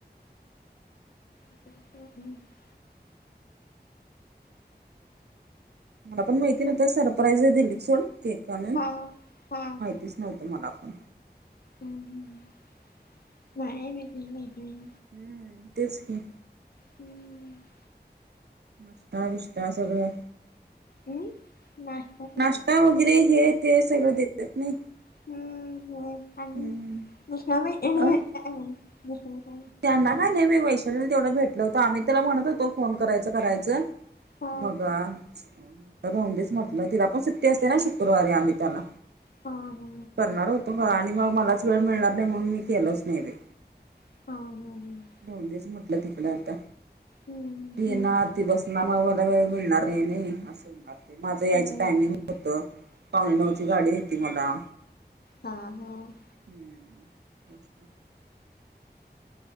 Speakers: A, on the left; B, on the right.
A: <unintelligible>
B: मला पण माहिती नवत सरप्राईज दिली सोड केक आणून
A: हा हा
B: तीच नव्हतं मला पण
A: हम्म मा म काय नाही
B: हम्म तेच की
A: <unintelligible>
B: नाष्टा, बिष्टा सगळं
A: हम्म. नाश्ता ते
B: नाश <unintelligible> वगैरे हे ते सगळं देतात नाही
A: <unintelligible>
B: हम्म अ त्यांना काय नाही मी वैशालीला तेवढं भेटलं होतं आम्ही त्याला म्हणत होतो फोन करायचं, करायचं
A: हा
B: मग राहुंदेच म्हटलं तिला पण सुट्टी असते ना शुक्रवारी अनिताला
A: हा हा
B: करणार होतो आणि मग मलाच वेळ मिळणार नाही म्हणून मी केलोच नाई बाई
A: ह, ह, ह
B: राहुंदेच म्हटलं तिकडं आता
A: हम्म
B: ती येणार
A: हम्म
B: ती बसूनना मग मला वेळ मिळणार नाही असं होणार ते माझं यायचं
A: हम्म
B: टायमिंग हो त पावणे नऊची गाडी येती मला
A: हा, हा
B: <unintelligible>